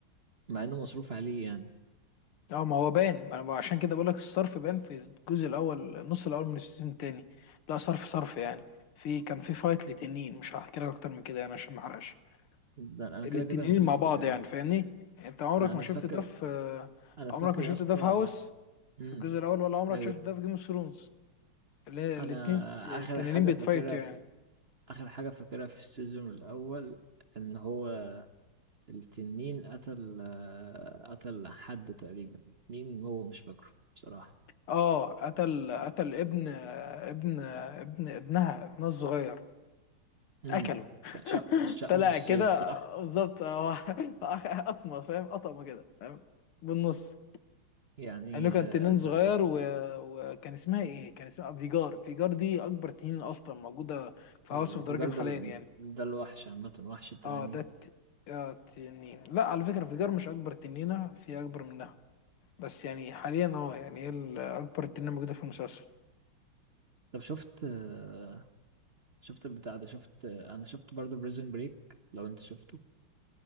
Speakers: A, on the right; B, on the left.
A: مع انه مصروف عليه يعني
B: اه ما هو باين ما انا عشان كده بقول لك الصرف باين في الجزء الاول النص الاول من السيزون التاني لا صرف صرف يعني في كان في فايت لتنين مش هحكي لك اكتر من كده يعني عشان ما احرقش
A: ده انا
B: الاتنين
A: كده كده هشوفه
B: مع بعض
A: يعني
B: يعني فاهمني انت عمرك
A: انا انا
B: ما شفت
A: فاكر
B: ده في
A: انا
B: عمرك
A: فاكر
B: ما شفت
A: يا اسطى
B: ده في هاوس
A: امم
B: في الجزء الاول ولا عمرك
A: ف-
B: شفت ده في جيم اوف ثرونز الاتنين
A: انا
B: التنانين
A: اخر حاجه
B: بيتفايتوا
A: فاكرها
B: يعني
A: في اخر حاجه فاكرها في السيزون الاول ان هو التنين قتل آه، قتل حد تقريبا مين هو مش فاكره بصراحه
B: اه قتل قتل ابن ابن ابن ابنها ابنها الصغير
A: امم
B: اكله <laughs>
A: كان شق شقه
B: طلع
A: نصين
B: كده
A: صح
B: بالظبط هو <laughs> قطمه فاهم قطمه كده فاهم بالنص
A: يعني
B: انه كان
A: آه،
B: تنين
A: انت
B: صغير و... وكان اسمها ايه كان اسمها فيجار فيجار دي اكبر تنين اصلا موجوده في
A: آه،
B: هاوس اوف
A: فيجار
B: دراجون
A: ده
B: حاليا
A: ال-
B: يعني
A: ده الوحش عامة وحش التنانين
B: اه ده الت... آه تنين لا على فكره فيجار مش اكبر تنينه في اكبر منها بس يعني حاليا اه يعني هي ال- اكبر تنينه موجوده في المسلسل
A: طب شفت آه، شفت البتاع ده شفت آه، انا شفت برضو بريزون بريك لو انت شفته